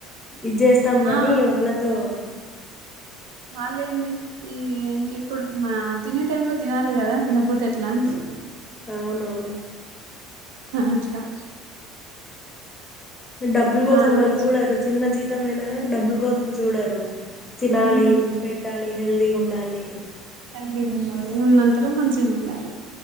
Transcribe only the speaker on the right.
ఆ
వాలేంది ఈ ఇప్పుడు తినే టైము లో తినాలి గదా తినకపోతే ఎట్లా అంటరు
అట్లా
నాన్
వెజ్
కైనా
ఉమ్
హెల్దిగా ఉండాలి ఉన్నంతలో మంచిగా ఉండాలి